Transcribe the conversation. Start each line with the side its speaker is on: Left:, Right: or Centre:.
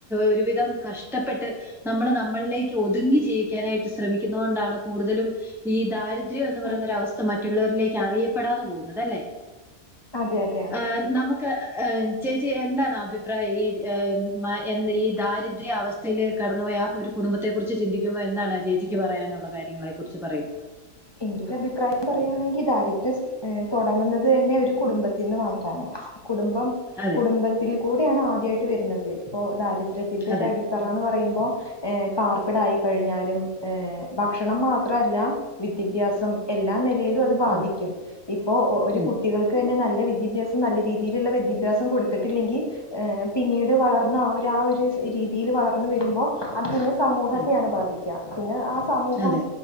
Centre: ഒരുവിധം കഷ്ടപ്പെട്ട് നമ്മള് നമ്മളിലേക്ക് ഒതുങ്ങി ജീവിക്കാനായിട്ട് ശ്രമിക്കുന്നത് കൊണ്ടാണ് കൂടുതലും ഈ ദാരിദ്ര്യം എന്ന് പറയുന്ന
Left: ഉം
Centre: ഒരു അവസ്ഥ മറ്റുള്ളവരിലേക്ക് അറിയപ്പെടാതെ പോവുന്നത് അല്ലേ?
Left: അതെ അതെ അതെ
Centre: ആഹ് നമു ക്ക ഏഹ്, ചേച്ചി എന്താണ് അഭിപ്രായം ഈ ഈ മ എന്തെ ഈ ദാരിദ്ര്യ അവസ് ത്തയില് കടന്നു പോയ ആ, ഒരു കുടുംബത്തെ കുറിച്ച് ചിന്തിക്കുമ്പോൾ എന്താണ് ചേച്ചിക്ക് പറയാനുള്ള കാര്യങ്ങളെ അതേ കുറിച്ച് പറയു?
Left: എന്റെ ഒരു അഭിപ്രായം പറയു ആണെങ്കിൽ ദാരിദ്ര്യം സ് ഏഹ്, തുടങ്ങുന്നത് തന്നെ ഒരു കുടുംബത്തിന്ന് മാത്രമാണ്. കുടുംബം
Centre: അതെ
Left: കുടുംബത്തിൽ കൂടെയാണ് ആദ്യമായിട്ട് വരുന്നത്. ഇപ്പോ ദാരിദ്ര്യത്തിന്റെ
Centre: അതെ.
Left: ഒരു അടി ത്തറാന്ന് പറയുമ്പോ ഏഹ്, പാർപ്പിടായി കഴിഞ്ഞാലും ഏഹ്, ഭക്ഷണം മാത്രമല്ല വിദ്യഭ്യാസം എല്ലാ നിലയിലും അത് ബാധിക്കും.
Centre: ഉം
Left: ഇപ്പോ ഒരു
Centre: ഉം
Left: കുട്ടികൾ ക്കെന്നെ നല്ല വിദ്യഭ്യാസം നല്ല രീതിയിലുള്ള വിദ്യഭ്യാസം കൊടുത്തിട്ടില്ലെങ്കിൽ ഏഹ്, പിന്നീട് വളർന്ന് അവര് ആ ഒരു രീതിയിൽ വളർന്ന് വരുമ്പോ അത് പിന്നെ സമൂഹത്തെയാണ്
Centre: ഉം
Left: ബാധിക്ക്, പിന്നെ ആ സമൂഹം
Centre: അതെ